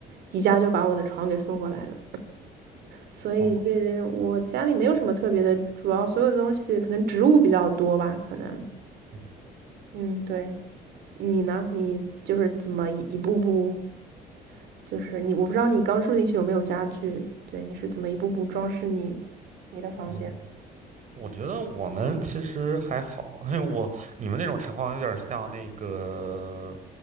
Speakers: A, on the right; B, on the right.
A: 宜家就把我的床给送过来了。所以这我家里没有什么特别的，
B: 哦，
A: 主要所有的东西可能植物比较多吧，可能，
B: 嗯
A: 嗯，对。你呢？你就是怎么一一步步，就是你，我不知道你刚住进去有没有家具，对，你是怎么一步步装饰你你的房间的？
B: 嗯哼我觉得我们其实还好，因为我你们那种情况有点像那个